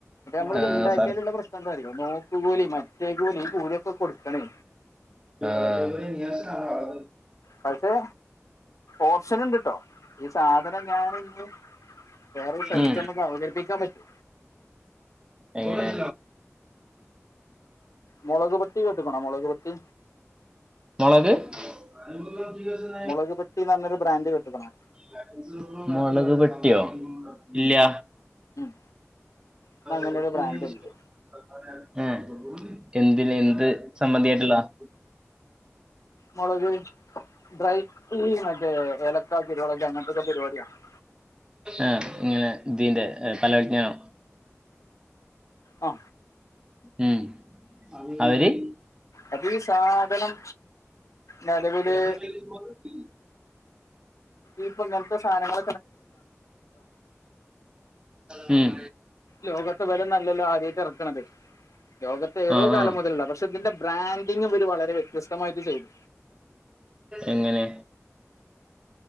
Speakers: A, on the left; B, on the right.
A: നമ്മളിത്ണ്ടാക്കിയാലുള്ള
B: ആഹ് സർ
A: പ്ര ശ്നെന്താറിയൊ നോക്ക്കൂലി മറ്റേ കൂലി ഈ കൂലിയക്കെ കൊടുക്കണേ.
B: ആഹ്..
A: പക്ഷെ ഓപ്ഷന്ണ്ട്ട്ടോ. ഈ സാധനം ഞാനിന്ന് വേറെയൊര് സലത്ത്
B: ഉം
A: ചെന്നപ്പോ അവതരിപ്പിക്കാൻ പറ്റി.
B: എങ്ങനെ
A: മൊളക് പൊട്ടി കേട്ട്ക്കണോ മൊളക് പൊട്ടി
B: മൊളക്- <inaudible>
A: മൊളക് പെട്ടിന്നറഞ്ഞാര് ബ്രാൻഡ് കേട്ട്ക്കണോ-
B: <inaudible> മൊളക് പെട്ടിയോ ഇല്ല്യ.
A: ഉം ഇന്ന് അങ്ങനെ
B: <inaudible>
A: ഒരു ബ്രാൻഡ് ഉണ്ട്
B: എ എന്തില് എന്ത് സമ്മന്തി ആയിട്ടുള്ളാ-
A: മൊളക് ബ്രൈറ്റ്ല് മറ്റേ ഏലക്കാക്കിട്ട്. <unintelligible>
B: ഏ ങ്ങനെ തിന്റെ പലവ്ജ്ഞാനം
A: ആ
B: ഉം അവര്-
A: അപ്പൊ ഈ സാധനം നിലവില്
B: <inaudible>
A: ഈപ്പോങ്ങനത്തെ സാനങ്ങള്-
B: ഉം.
A: ലോകത്തിവലൊന്നൊല്ലല്ലൊ ആദ്യായിട്ടെറക്കണത് ലോകത്തേതോ
B: ആ
A: കാലം
B: ആ
A: മുതലുള്ള പക്ഷെ ഇതിന്റെ ബ്രാൻഡ്- ഡിംഗിവര് വളരെ വ്യത്യസ്തമായിട്ട് ചെയ്തു.
B: എങ്ങനെ?